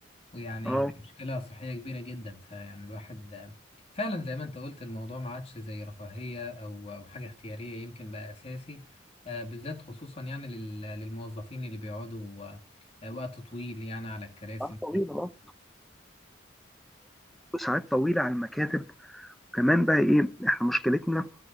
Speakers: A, on the left; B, in the centre.
A: ويعني
B: اه
A: مشكلة صحية كبيرة جدا فيعني الواحد آه، فعلا زي ما أنت قلت الموضوع ما عادش زي رفاهية أو أو حاجة اختيارية يمكن بقى أساسي آه، بالذات خصوصا يعني لل- للموظفين اللي بيقعدوا آه، وقت طويل يعني على الكراسي
B: ساعات طويلة اه ساعات طويلة على المكاتب كمان بقى ايه احنا مشكلتنا